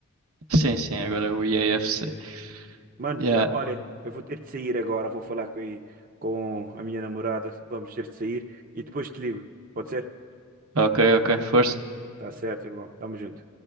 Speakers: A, on the right; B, on the right.
A: Sim, sim, agora é o EAFC.
B: Mano,
A: Yeah,
B: já, olha, eu vou ter de sair agora, vou falar com, com a minha namorada, vamos ter de sair e depois te ligo. Pode ser?
A: ok, ok, força.
B: Tá certo, irmão. Tamo junto.